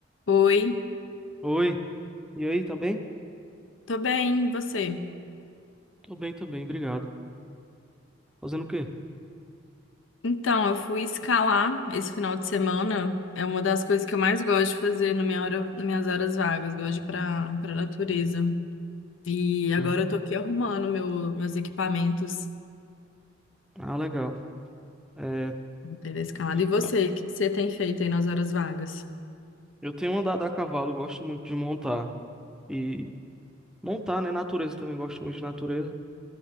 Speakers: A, on the left; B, in the centre.
A: Oi,
B: Oi, E aí, tá bem?
A: tô bem, e você?
B: tô bem também, obrigado. Fazendo o quê?
A: Então, eu fui escalar esse final de semana. É uma das coisas que eu mais gosto de fazer na minha hora, nas minhas horas vagas. Gosto de ir pra, pra natureza. E agora
B: Hum.
A: eu tô aqui arrumando meu- meus equipamentos.
B: Ah, legal. É,
A: Vou ter a escalada.
B: t-
A: E você,
B: ah,
A: o que que você tem feito aí nas horas vagas?
B: eu tenho andado a cavalo, gosto muito de montar. E montar, né? Natureza também, gosto muito de natureza.